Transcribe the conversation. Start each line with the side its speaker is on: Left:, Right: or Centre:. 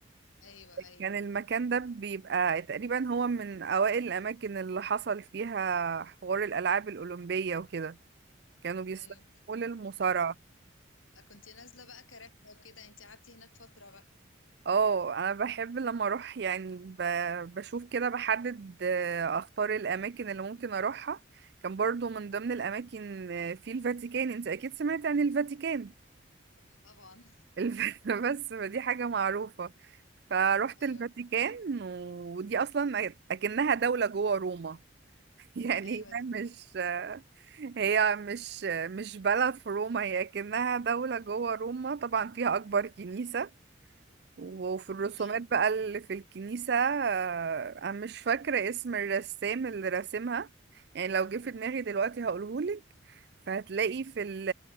Left: أيوة أيوة
Right: كان المكان ده بيبقى تقريبا هو من أوائل الأماكن اللي حصل فيها حوار الألعاب الأولمبية وكده كانوا بيستخدموه
Left: أيوة
Right: للمصارعة
Left: كنت نازلة بقى كرحلة وكده أنت قعدتي هناك فترة بقى
Right: اه انا بحب لما اروح يعني ب... بشوف كده بحدد آه، اختار الاماكن اللي ممكن اروحها كان برضو من ضمن الاماكن آه، في الفاتيكان انت اكيد سمعت عن الفاتيكان
Left: أيوة طبعا
Right: الف... <laughs> بس دي حاجة معروفة فروحت
Left: أيوة
Right: الفاتيكان ودي اصلا اكنها دولة جوه روما <laughs> يعني
Left: أيوة
Right: هي
Left: دي حاجة
Right: مش آه، هي مش آه، مش بلد في روما هي اكنها دولة جوه روما طبعا فيها اكبر كنيسة وفي الرسومات
Left: أيوة
Right: بقى اللي في الكنيسة آه، أنا مش فاكرة اسم الرسام اللي راسمها يعني لو جه في دماغي دلوقتي هقولهولك فهتلاقي في ال